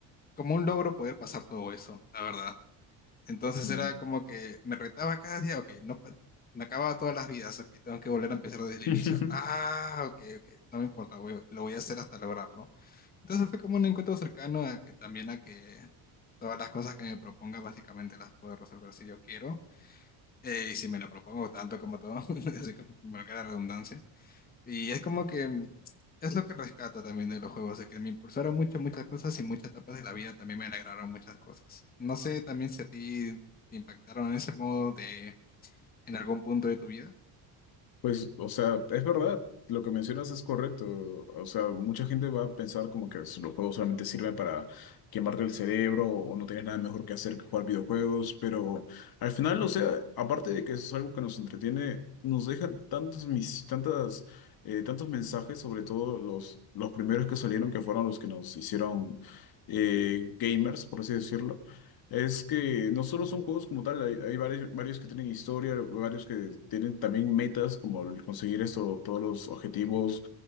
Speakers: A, on the left; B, on the left.
A: como un logro poder pasar todo eso, la verdad. Entonces
B: No.
A: era como que me retaba cada día, ok, no, pa- me acababa todas las vidas, ok, tengo que volver a empezar desde el
B: <laughs>
A: inicio. Ah, ok, ok, no me importa, voy- lo voy a hacer hasta lograrlo. Entonces fue como un encuentro cercano a que también a que todas las cosas que me proponga básicamente las puedo resolver si yo quiero eh, y si me lo propongo tanto como todo, <laughs> así como valga la redundancia. Y es como que mm, es lo que rescato también de los juegos, de que me impulsaron muchas, muchas cosas y muchas etapas de la vida también me alegraron muchas cosas. No sé también si a ti te impactaron en ese modo de en algún punto de tu vida.
B: Pues, o sea, es verdad, lo que mencionas es correcto. O sea, mucha gente va a pensar como que s- los juegos solamente sirven para quemarte el cerebro o no tienes nada mejor que hacer que jugar videojuegos, pero al final, o sea, aparte de que es algo que nos entretiene, nos dejan tantos mis, tantas, eh, tantos mensajes, sobre todo los, los primeros que salieron, que fueron los que nos hicieron eh, gamers, por así decirlo es que no solo son juegos como tal, hay, hay varios, varios que tienen historia, varios que tienen también metas como el conseguir esto, todos los objetivos